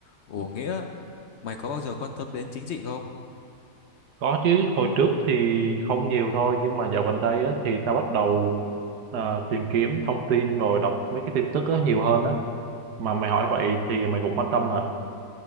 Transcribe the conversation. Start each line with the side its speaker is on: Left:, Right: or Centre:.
Left: Ủa Nghĩa, mày có bao giờ quan tâm đến chính trị không?
Right: Có chứ, hồi trước thì không nhiều thôi, nhưng mà dạo gần đây á, thì tao bắt đầu à, tìm kiếm thông tin rồi đọc mấy cái tin tức á, nhiều hơn á. Mà mày hỏi vậy thì mày cũng quan tâm hả?